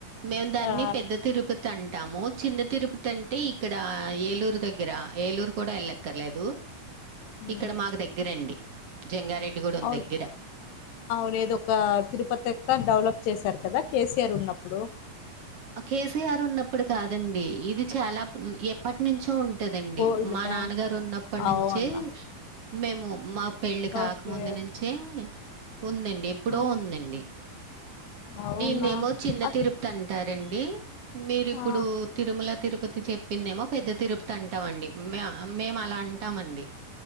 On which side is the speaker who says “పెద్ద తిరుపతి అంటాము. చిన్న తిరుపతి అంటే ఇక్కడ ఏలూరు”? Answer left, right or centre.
Right